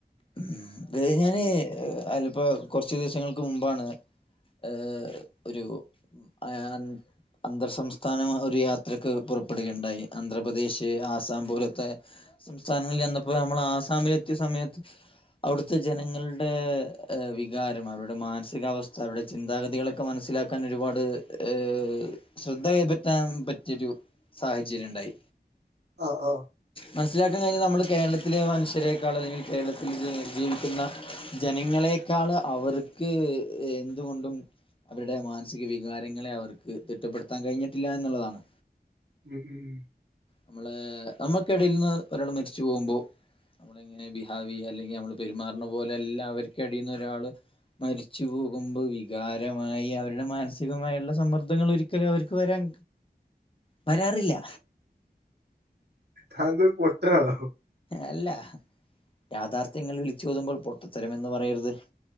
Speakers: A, on the left (about 30°); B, on the right (about 80°).
A: ഉം അതായത് ഞാന് അലപ്പ കൊർച്ചൂസങ്ങൾക്ക് മുമ്പാണ് ഏഹ് ഒരു അയെഅൻ അന്തർ സംസ്ഥാന ഒഹ് ഒരു യാത്രക്ക് പുറപ്പെടുകയുണ്ടായി അന്ധ്രാപ്രദേശ് ആസാം പോലോത്തെ സംസ്ഥാനങ്ങളിൽ ചെന്നപ്പോ നമ്മള് ആസാമിലെത്തിയ സമയത്ത് അവ്ടുത്തെ ജനങ്ങൾടെ വികാരം അവരുടെ മാനസികാവസ്ഥ അവരുടെ ചിന്താഗതികളക്കെ മനസ്സിലാ ക്കാനൊരുപാട് ഏഹ് ശ്രദ്ധ കൈപറ്റാൻ പറ്റിയരു സാഹചര്യണ്ടായി
B: ആഹ് ആഹ്
A: മനസ്സിലാക്കാ കഴിഞ്ഞതു നമ്മൾ കേരളത്തിലെ മനുഷ്യരെക്കാൾ അല്ലെങ്കിൽ കേരളത്തിൽ ജീ ജീവിക്കുന്ന ജനങ്ങളെക്കാള് അവർക്ക് എന്തുകൊണ്ടും അവരുടെ മാൻസിക വികാരങ്ങളെ അവർക്ക് തിട്ടപ്പെട്ത്താൻ കഴിഞ്ഞിട്ടില്ലാന്ന്ള്ളതാണ്
B: ഉം ഉം
A: അമ്മളെ നമ്മക്കേടെൽന്ന് ഒരാൾ മരിച്ചു പോകുമ്പോ അമ്മളെങ്ങനെ ബിഹാവിയ്യ അല്ലെങ്കി അമ്മള് പെരുമാറ്ന്ന പോലെല്ലാ വര്ക്കെടീന്നു ഒരാള് മരിച്ചു പോകുമ്പോ വികാരമായി അവരുടെ മാനസികമായുള്ള സമ്മർദ്ദങ്ങൾ ഒരിക്കലവർക്ക് വരാൻ വരാറില്ല
B: ഹഅന്താ പൊട്ടനാണോ
A: എല്ല യാഥാർത്ഥ്യങ്ങൾ വിളിച്ചോതുമ്പോൾ പൊട്ടത്തരമെന്ന് പറയരുത്